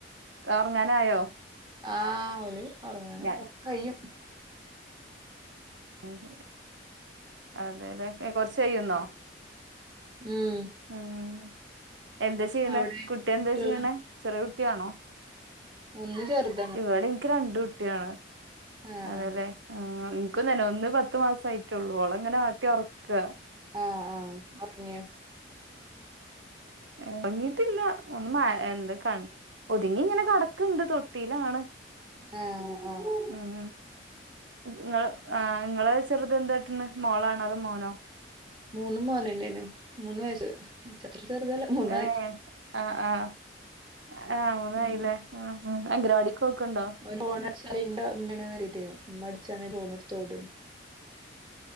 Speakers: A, on the right; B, on the right.
A: ഉറങ്ങാനായോ
B: ആഹ് ഓല് ഉറങ്ങാന്
A: ഞാൻ
B: കെറച്ച് കയ്യും
A: <unintelligible> അതെലെ ഏ കുറച്ച് കയ്യുന്നോ
B: മം
A: ഉം എന്താ ചെയ്യണെ
B: അവിടെ
A: കുട്ടി എന്താ
B: കുട്ട്യാള്
A: ചെയ്യണെ ചെറിയ കുട്ടിയാണോ
B: ഒന്ന് ചെറുത്
A: ഇവിടെ എനിക്ക് രണ്ട് കുട്ടിളാ
B: ആഹ്
A: അതെല്ലെ
B: ആഹ്
A: ആ ഇനിക്ക് തന്നെ ഒന്ന് പത്ത് മാസ ആയിട്ടുള്ളൂ ഓള്ളൂ ഇങ്ങനെ ആട്ടി ഒറക്കാ.
B: ആഹ് ആഹ് ഒറങ്ങിയേ
A: ഒറങ്ങിയിട്ടില്ല ഒന്ന് എന്താ ക ഒതുങ്ങി ഇങ്ങനെ കടക്കുണ്ട് തൊട്ടിയിലാണ്.
B: ആഹ് ആഹ്
A: ഉം നിങ്ങള് ആ നിങ്ങളെ ചെറുത് എന്തായിട്ടന്ന് മോളാണോ അതോ മോനോ.
B: മൂന്നും മോനന്നേന് മൂന്ന് വയസ്സ് ചെറു ചെറുതല്ല മൂന്നായി.
A: ഏഹ് ആഹ് ആഹ് ആ മൂന്നായില്ലേ
B: ഉം
A: ആഹ് അംഗനവാടിക്ക് പോക്ക് ഇണ്ടോ.
B: ഫോൺ അടിച്ചാൽ ഉണ്ടോന്ന് അറിഞ്ഞിട്ട് ഉമ്മ അടിച്ചാൽ ഫോണെടുത്ത് ഓടണ്